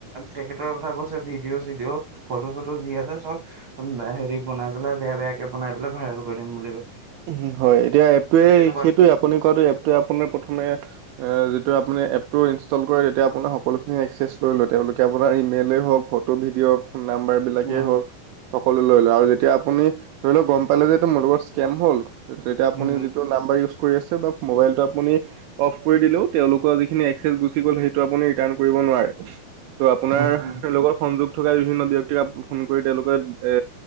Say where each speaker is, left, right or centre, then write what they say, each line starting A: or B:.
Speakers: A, on the right; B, on the right.
A: তেখেতৰ কথা কৈছে, ভিডিঅ'-চিডিঅ' ফটো-চটো যি আছে চব - উম, হেৰি বনাই পেলাই বেয়া-বেয়াকে বনাই পেলাই ভাইৰেল কৰি দিম বুলি কৈছে।
B: উম, হয়, এতিয়া এপটোৱে
A: তেনেকুৱা
B: সেইটোৱে আপুনি কোৱাটো এপটোৱে আপোনাৰ প্ৰথমে - এ যিটো আপুনি এপটো ইনষ্টল কৰে তেতিয়া আপোনাৰ সকলোখিনি এক্সেছ লৈ লয়, তেওঁলোকে আপোনাৰ ইমেইলে হক ফ টো ভিডিঅ', ফোন নাম্বাৰটো - বিলাকেই
A: উম
B: হওক, সকলো লৈ লয়, আৰু যেতিয়া আপুনি ধৰি লওক গম পালে যে এইটো মোৰ লগত স্কেম হ'ল - টো তেতিয়া আপুনি
A: উম উম
B: যিটো নাম্বাৰ ইউজ কৰি আছে বা মোবাইলটো আপুনি - অফ কৰি দিলেও তেওঁলোকৰ যিখিনি এক্সেচ গল হেইটো আপুনি ৰিটান কৰিব নোৱাৰে। ত' আপোনাৰ
A: উম উম
B: লগত সংযোগ - থকা বিভিন্ন ব্যক্তিকে ফোন কৰি তেওঁলোকে এ